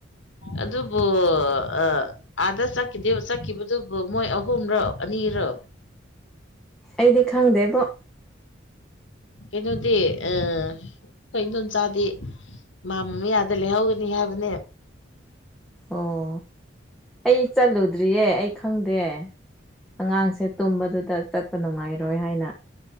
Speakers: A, on the left; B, in the centre.
A: ꯑꯗꯨꯕꯨ ꯑ ꯑꯥꯗ ꯆꯠꯈꯤꯗꯦꯕ ꯆꯠꯈꯤꯕꯗꯨꯕꯨ ꯃꯣꯏ ꯑꯍꯨꯝꯔꯣ ꯑꯅꯤꯔꯣ
B: ꯑꯩꯗꯤ ꯈꯪꯗꯦꯕ
A: ꯀꯩꯅꯣꯗꯤ ꯑ ꯑꯩꯈꯣꯏ ꯏꯤꯡꯗꯣꯝ ꯆꯥꯗꯤ ꯃꯥ ꯃ ꯃꯤ ꯑꯥꯗ ꯂꯩꯍꯧꯒꯅꯤ ꯍꯥꯏꯕꯅꯦ
B: ꯑꯣ ꯑꯩ ꯆꯠꯂꯨꯗ꯭ꯔꯤꯌꯦ ꯑꯩ ꯈꯪꯗꯦ ꯑꯉꯥꯡꯁꯦ ꯇꯨꯝꯕꯗꯨꯗ ꯆꯠꯄ ꯅꯨꯡꯉꯥꯏꯔꯣꯏ ꯍꯥꯏꯅ